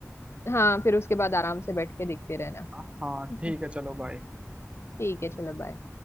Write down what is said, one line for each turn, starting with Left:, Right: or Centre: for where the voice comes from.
Left: हाँ फिर उसके बाद आराम से बैठ के देखते रहना
Right: हाँ
Left: <laughs>
Right: ठीक है चलो बाय
Left: ठीक है चलो बाय